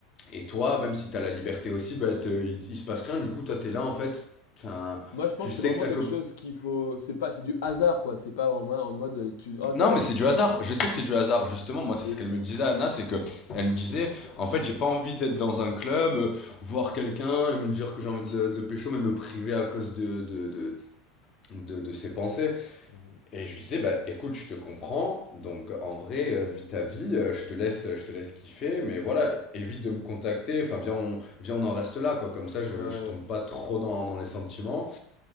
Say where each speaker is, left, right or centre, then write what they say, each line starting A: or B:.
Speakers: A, on the left; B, on the left.
A: et toi, même si t'as la liberté aussi, bah te- il, il se passe rien, du coup toi t'es là en fait, enfin
B: Moi, je pense
A: tu
B: que
A: sais
B: c'est vraiment
A: que ta
B: quelque
A: copine...
B: chose qu'il faut. C'est pas, c'est du hasard, quoi. C'est pas en mode, en mode euh, tu, oh, t'as
A: Non
B: la,
A: mais c'est
B: tu.
A: du hasard, je sais que c'est du hasard, justement, moi c'est
B: Et
A: ce qu'elle me disait Anna, c'est que elle me disait, en fait j'ai pas envie d'être dans un club, euh, voir quelqu'un et me dire que j'ai envie de le, de le pécho, mais me priver à cause de, de, de, de, de ses pensées.
B: ouais,
A: Et je lui disais, bah écoute, je te comprends, donc en vrai, euh, vis ta vie, euh, je te laisse, je te laisse kiffer, mais voilà, évite de me contacter, enfin viens on, viens on en reste là, quoi, comme ça je,
B: ouais,
A: je tombe pas trop dans, dans les sentiments,